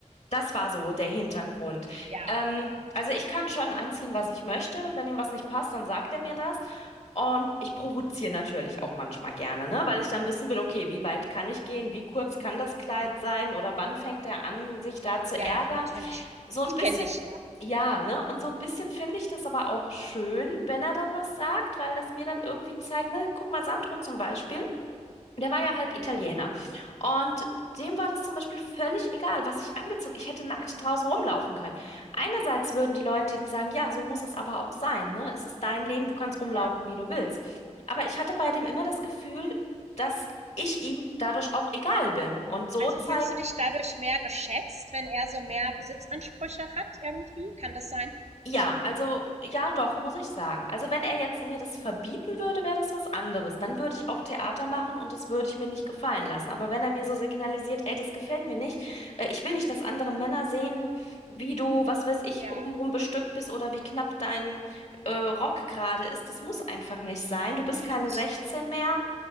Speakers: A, on the left (about 65°); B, on the right (about 65°).
A: Das war so der Hintergrund.
B: Ja,
A: Ähm, also ich kann schon anziehen, was ich möchte. Wenn ihm was nicht passt, dann sagt er mir das. Und ich provoziere natürlich auch manchmal gerne, ne? Weil ich dann wissen will, okay, wie weit kann ich gehen? Wie kurz kann das Kleid
B: mhm.
A: sein? Oder wann fängt er an, sich da zu
B: ja,
A: ärgern?
B: natürlich.
A: So
B: Ich
A: ein bisschen
B: kenne dich ja.
A: ja, ne? Und so ein bisschen finde ich das aber auch schön, wenn er dann was sagt, weil das mir dann irgendwie zeigt, ne? Guck mal, Sandro zum Beispiel, der war ja halb Italiener.
B: Mhm.
A: Und dem war das zum Beispiel völlig egal, was ich angezogen, ich hätte nackt
B: Mhm.
A: draußen rumlaufen können. Einerseits würden die Leute jetzt sagen, ja, so muss es aber auch sein, ne? Es ist dein Leben, du kannst rumlaufen,
B: Ja.
A: wie du willst. Aber ich hatte bei dem immer das Gefühl, dass ich ihm dadurch auch egal bin. Und so
B: Also
A: zeigt
B: fühlst du dich dadurch mehr geschätzt, wenn er so mehr Besitzansprüche hat irgendwie? Kann das sein?
A: Ja, also ja, doch, muss ich sagen. Also wenn er jetzt mir das verbieten würde, wäre das was anderes. Dann würde ich auch Theater machen und das würde ich mir nicht gefallen lassen. Aber wenn er mir so signalisiert, ey, das gefällt mir nicht, äh, ich will nicht, dass andere Männer sehen, wie du, was weiß ich,
B: Ja,
A: obenrum bestückt bist oder wie knapp dein äh, Rock gerade ist, das muss einfach nicht sein. Du bist
B: kann
A: keine
B: ich
A: 16 mehr.